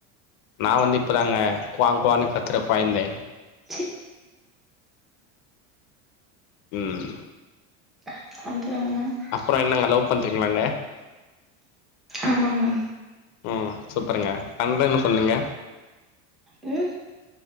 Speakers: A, on the left; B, in the centre.
A: நா வந்து இப்பதாங்க குவாங் குவானு கத்துற கொழ்ந்த
B: சி
A: உம்
B: <unintelligible>
A: அப்றொ என்னங்க லவ் பண்றிங்களாங்க
B: ஆமாங்க
A: ம் சூப்பருங்க சண்டன்னு சொன்னிங்க
B: உம்